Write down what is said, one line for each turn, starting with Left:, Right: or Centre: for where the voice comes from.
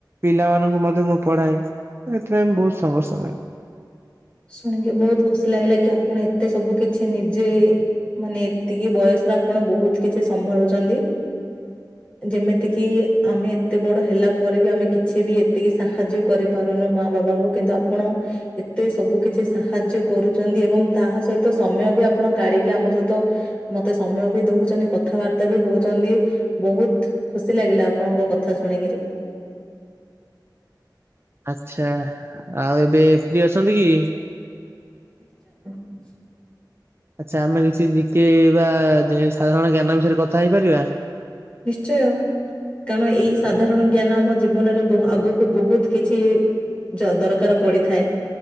Right: ପିଲାମାନଙ୍କୁ ମଧ୍ୟ ମୁଁ ପଢାଏ ସେଥିପାଇଁ ମୁ ବହୁତ ସଂଘର୍ଷକରେ।
Left: ଶୁଣିକି ବହୁତ ଖୁସି ଲାଗିଲା କି ଆପଣ ଏତେ ସବୁ କିଛି ନିଜେ ମାନେ ଏତିକି ବୟସର ଆପଣ ବହୁତ କିଛି ସମ୍ଭାଳୁଛନ୍ତି। ଯେମିତିକିି ଆମେ ଏତେ ବଡ ହେଲା ପରେ ବି ଆମେ କିଛି ବି ଏତିକି ସାହାଯ୍ୟ କରିପାରୁନୁ ମା ବାବାଙ୍କୁ କିନ୍ତୁ ଆପଣ ଏତେ ସବୁ କିଛି ସାହାଯ୍ୟ କରୁଛନ୍ତି ଏବଂ ତାହା ସହିତ ସମୟ ବି ଆପଣ କାଢିକି ଆମ ସହିତ ମତେ ସମୟ ବି ଦଉଛନ୍ତି କଥାବାର୍ତ୍ତା ବି ହଉଛନ୍ତି ବହୁତ ଖୁସି ଲାଗିଲା ଆପଣଙ୍କ କଥା ଶୁଣିକିରି।
Right: ଆଚ୍ଛା ଆଉ ଏବେ ଫ୍ରି ଅଛନ୍ତିକି?
Left: <inaudible>
Right: ଆଚ୍ଛା ଆମେ କିଛି ନିକେଇବା ସାଧାରଣ ଜ୍ଞାନ ବିଷୟରେ କଥା ହେଇପାରିବା?
Left: ନିଶ୍ଚୟ। କାରଣ ଏଇ ସାଧାରଣ ଜ୍ଞାନ ଆମ ଜୀବନରେ ଆଗକୁ ବହୁତ୍ କିଛି ଯ ଦରକାର ପଡ଼ିଥାଏ